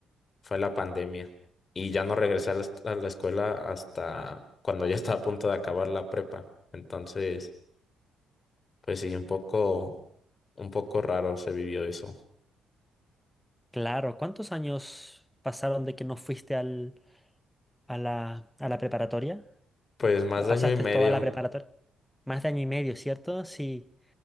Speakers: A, on the left; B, in the centre.
A: fue la pandemia. Y ya no regresé a la, est- a la escuela hasta cuando ya estaba a punto de acabar la prepa. Entonces... Pues sí, un poco, un poco raro se vivió eso.
B: claro, ¿cuántos años pasaron de que no fuiste al, a la, a la preparatoria?
A: Pues más
B: ¿O
A: de
B: pasaste
A: año y medio.
B: toda la preparatoria? Más de año y medio, ¿cierto? Sí,